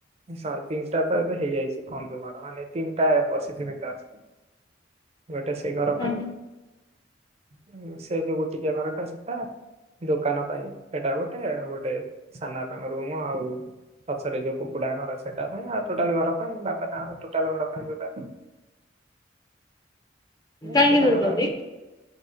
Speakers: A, on the right; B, on the left.
A: ଶହ ତିନିଟା ତ ଏବେ ହେଇଯାଇଛି କହନ୍ତୁ ମୋର ମାନେ ତିନିଟା ପଚିଶ ମିନିଟର
B: <inaudible>
A: ଗୋଟେ ସେଇ ଘର
B: ନାହିଁ।
A: ପାଇଁ ସେ ବି ଗୋଟି କିଏ ଘରଟା ସେଟା ଦୋକାନ ପାଇଁ ସେଟା ଗୋଟେ ଆଉ ଗୋଟେ ସାନ ବାପାଙ୍କ ରୁମ୍ ଆଉ ପଛରେ ଯୋଉ କୁକୁଡ଼ାଙ୍କ ଘର ସେଟା ପାଇଁ ଆଉ ଟୋଟାଲ ଘର ପାଇଁ ବାପା ତାଙ୍କର ଟୋଟାଲ ଘର ପାଇଁ ତା
B: କାହିଁକି
A: ସେ ତାଙ୍କର
B: ଦଉଛନ୍ତି